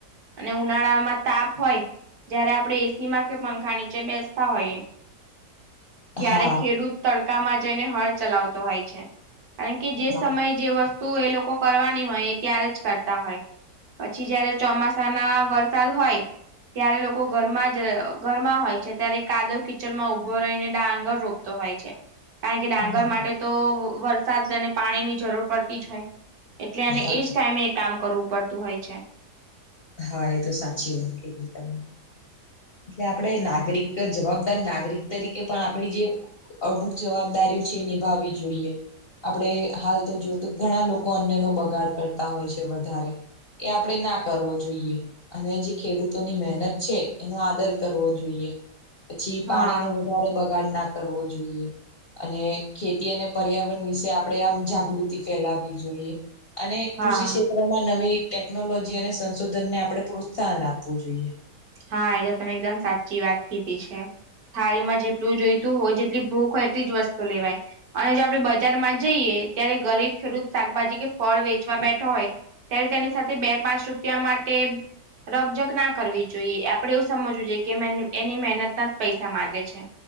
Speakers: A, on the right; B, on the left.
A: અને ઉનાળામાં તાપ હોય. જયારે આપણે એસી માં કે પંખા નીચે બેસતા હોઈએ. ત્યારે
B: હા
A: ખેડૂત તડકામાં જઈને હળ ચલાવતો હોય છે કારણ કે જે
B: હા
A: સમયે જે વસ તુ એ લોકો કરવાની હોય એ ત્યારે જ કરતા હોય. પછી જયારે ચોમાસા ના વરસાદ હોય. ત્યારે લોકો ઘરમાં જ ઘરમાં હોય છે ત્યારે કાદવ કિચડમાં ઊભો રહીને ડાંગર રોપતો હોય છે. કારણ કે ડાંગર
B: હા
A: માટે તો વઅ વરસાદ અને પાણીની જરૂર પડતી જ હોય એટલે એને
B: હા
A: એજ ટાઈમે એ કામ કરવું પડતું હોય છે.
B: હા એ તો સાચી વાત કીધી તમે. એટલે આપણે નાગરિક જવાબદાર નાગરિક તરીકે પણ આપણી જે <unintelligible> જવાબદારી છે નિભાવી જોઈએ. આપડે હાલ તો જો તો ઘણા લોકો અન્યનો બગાડ કરતા હોય છે વધારે એ આપણેે ના કરવો જોઈએ અને જે ખેડૂતોની મહેનત છે. એનો આદર કરવો જોઈએ. પછી
A: હા
B: પાણીનો વધારે બગાડ ના કરવો જોઈએ. અને ખેતી અને પર્યાવરણ વિશે આપણે આમ જાગૃતિ ફેલાવી જોઈએ. અને કૃષિ
A: હા.
B: ક્ષેત્રમાં નવી ટેકનોલોજી અને સંશોધન ને આપણે પ્રોત્સાહન આપવું જોઈએ.
A: હા. એ તો તમે એકદમ સાચી વાત કીધી છે. થાળી માં જેટલું જોઈતું હોય, જેટલી ભૂખ હોય એટલી જ વસ્તુ લેવાય. અને જો આપણે બજારમાં જઈએ ત્યારે ગરીબ ખેડૂત શાકભાજી કે ફળ વેચવા બેઠો હોય ત્યારે તેની સાથે બે પાંચ રૂપિયા માટે રકઝક ના કરવી જોઈએ. આપણે એવું સમજવું જોઈએ કે મેની એની મહેનત ના જ પૈસા માંગે છે.